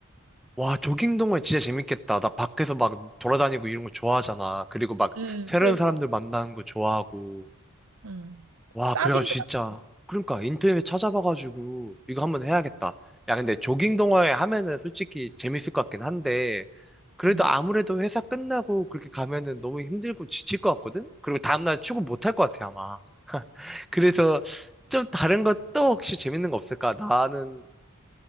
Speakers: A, in the centre; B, on the right (about 80°).
A: 와, 조깅 동호회 진짜 재밌겠다. 나 밖에서 막 돌아다니고 이런 거 좋아하잖아. 그리고 막
B: 음,
A: 새로운
B: 그래서
A: 사람들 만나는 거 좋아하고.
B: 음,
A: 와,
B: 딱인
A: 그래가지고
B: 것 같아.
A: 진짜. 그러니까 인터넷에 찾아봐가지고 이거 한번 해야겠다. 야, 근데 조깅 동호회 하면은 솔직히 재밌을 것 같긴 한데, 그래도
B: 음.
A: 아무래도 회사 끝나고 그렇게 가면은 너무 힘들고 지칠 것 같거든? 그리고 다음날 출근 못 할 것 같아, 아마. 그래서 좀 다른 것도 혹시 재밌는 거 없을까? 나는